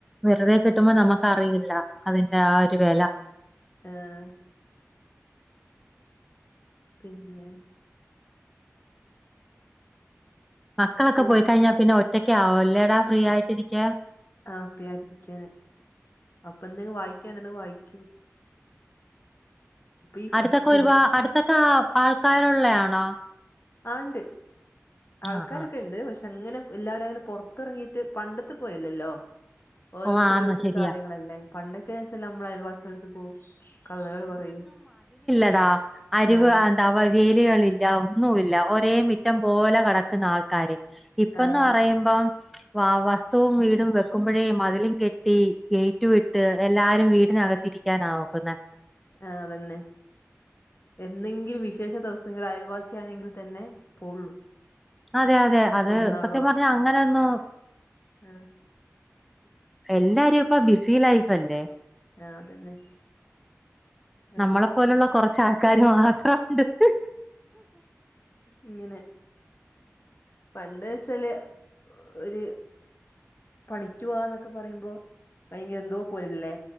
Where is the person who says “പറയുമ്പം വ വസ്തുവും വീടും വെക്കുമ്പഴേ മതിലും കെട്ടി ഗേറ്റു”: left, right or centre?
Centre